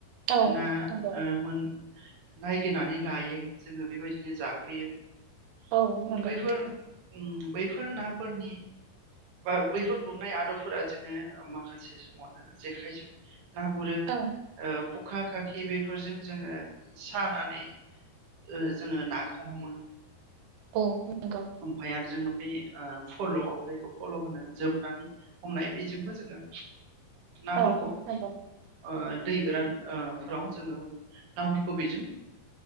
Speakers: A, on the right; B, on the right.
A: औ
B: ना
A: नंगौ
B: ओ मोन- नायगिरनानै लायो जोङो बेबायदिनो जाफैयो।
A: औ नंगौ
B: बैफोर, ओम बैफोर नाफोरनि बा बैफोर गुरनाय आदबफोरा ओ जोङो माखासे समाव जोङो जेखाइजों ना गुरो ओ
A: औ
B: खखा, खाखि बेफोरजों जोङो सानानै ओ जोङो नाखौ हमो।
A: औ। नंगौ
B: ओमफाय आरो जोङो बे ओ फल' जायखौ फल' होनो जोबनानै हमनाय बेजोंबो जोङो नाफोरखौ
A: औ
B: ओ
A: नंगौ
B: दै गोरान ओ फोराव जोङो नाफोरखौ बेजों